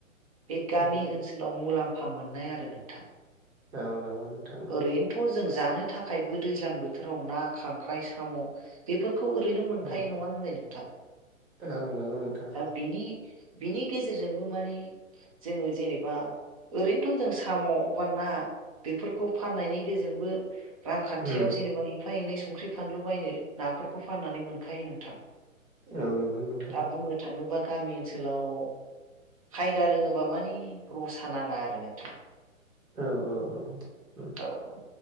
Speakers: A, on the right; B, on the right.
A: बे
B: औ
A: गामि ओनसोलाव मुलाम फा मोननाय आरो नोंथां
B: औ नोंगौ नोंथां नोंगौ
A: ओरैनोथ' जों जानो थाखायबो दैज्लां बोथोराव ना खांख्राइ साम' बेफोर खौ ओरैनो मोनखायो
B: औ
A: नङा होनलाय नोंथां
B: औ नंगौ नोंथां
A: दा बिनि बिनि गेजेरजोंबो मानि जोङो जेनेबा ओरैनोथ' जों साम' बा ना बेफोरखौ फाननायनि गेजेंबो रांखान्थियाव
B: उम
A: जेनेबा एफा एनै स ख्रै फानलु बायनो नाफोरखौ फाननानै मोनखायो नोंथां
B: औ नंगौ नोंथां
A: दा बुंनो थाङोबा गामि ओनसोलाव खायदा रोङोबा मानि रसा नाङा आरो नोंथां
B: औ औ औ ओ
A: औ